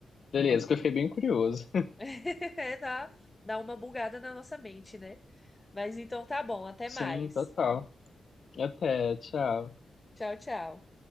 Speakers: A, on the left; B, on the left.
A: beleza, que eu fiquei bem curioso.
B: <laughs> É, Dá, dá uma bugada na nossa mente, né? Mas então tá bom,
A: <laughs>
B: até
A: Sim,
B: mais.
A: total. Até, tchau.
B: Tchau, tchau.